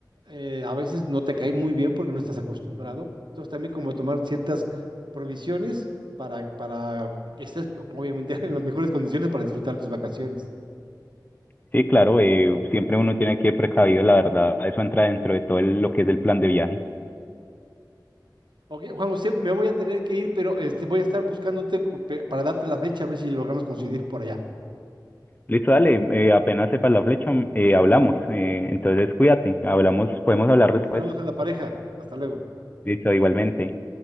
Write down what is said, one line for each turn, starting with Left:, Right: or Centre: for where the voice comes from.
Right: eh, a veces no te cae muy bien porque no estás acostumbrado. Entonces también como tomar ciertas provisiones para, para que estés obviamente en las mejores condiciones para disfrutar tus vacaciones.
Left: Sí, claro, eh, siempre uno tiene que ir precavido, la verdad, eso entra dentro de todo el- lo que es el plan de viaje.
Right: Ok, Juan José, me voy a tener que ir, pero este, voy a estar buscándote cu- pe- para darte la fecha, a ver si logramos coincidir por allá.
Left: Listo, dale, eh, apenas sepas la flecha, eh, hablamos. eh, entonces cuídate, hablamos, podemos hablar después.
Right: Saludos a la pareja. Hasta luego.
Left: Listo, igualmente.